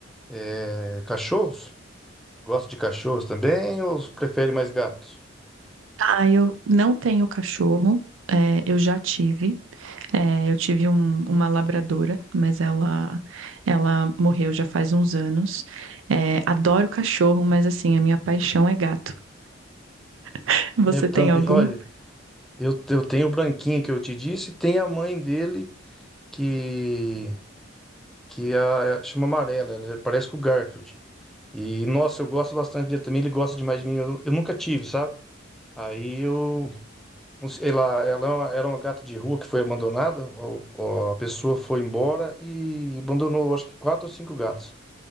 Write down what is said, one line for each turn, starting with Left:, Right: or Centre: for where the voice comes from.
Centre: é, cachorros? Gosta de cachorros também ou prefere mais gatos?
Right: Ah, eu não tenho cachorro, é, eu já tive. É, eu tive um- uma labradora, mas ela ela morreu já faz uns anos. É, adoro cachorro, mas assim, a minha paixão é gato. <laughs> Você
Centre: Eu
Right: tem
Centre: também,
Right: algum?
Centre: olha, eu, eu tenho o branquinho que eu te disse, tem a mãe dele que, que é a, chama Amarela, ela é, parece com o Garfield. E nossa, eu gosto bastante dele também, ele gosta demais de mim, eu, eu nunca tive, sabe? Aí eu Não sei, Ela, ela é uma- era uma gata de rua que foi abandonada. o- o- A pessoa foi embora e abandonou, acho que quatro ou cinco gatos.